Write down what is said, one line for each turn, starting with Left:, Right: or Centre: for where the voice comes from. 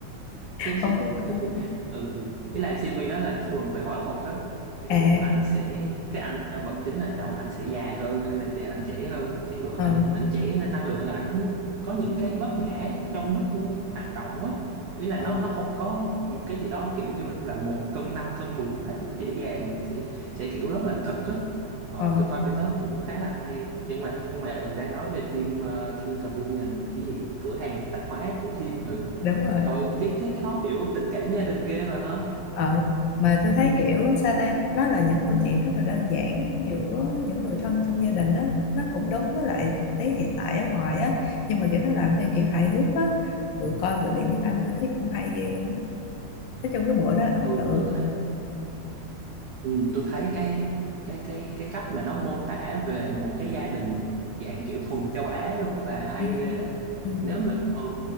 Right: cái suy
Left: không có
Right: <laughs>
Left: coi chứ.
Right: ừ, ý là CV đó là thường về võ thuật á kiểu
Left: À,
Right: ảnh sẽ cái anh nhân vật chính là chồng ảnh sẽ dài hơn anh này thì ảnh trẻ hơn kiểu ảnh
Left: ờ,
Right: ảnh trẻ nên năng lượng ảnh có những cái vấp ngã trong lúc hành động á ý là
Left: ờ,
Right: nó nó không có cái gì đó kiểu như là một cân năm cân mười một cách dễ dàng mà sẽ sẽ kiểu rất là thực á ờ,
Left: ờ,
Right: tôi coi phim đó cũng khá là hay nhưng mà nhưng mà ừ đang nói về phim uh, Kim Convenience cái gì cửa hàng tạp hóa của Kim ừ
Left: đúng rồi.
Right: ờ cái cái cái đó kiểu tình cảm gia đình ghê bà hả
Left: Ờ, mà tôi thấy kiểu sao ta nó là những câu chuyện rất là đơn giản giữa những người thân trong gia đình đó nó cũng đúng với lại thực tế hiện tại ở ngoài á nhưng mà kiểu nó làm theo kiểu hài hước á vừa coi vừa luyện tiếng Anh tôi thấy cũng hay ghê luôn á nói chung cái bộ đó ấn
Right: ừ
Left: tượng
Right: tôi thấy ừ, tôi thấy cái cái cái cái cách mà nó mô tả về một cái gia đình dạng kiểu thuần châu Á luôn á bà hay
Left: ừ,
Right: ghê á
Left: ừ,
Right: nếu
Left: ừ.
Right: mà ừ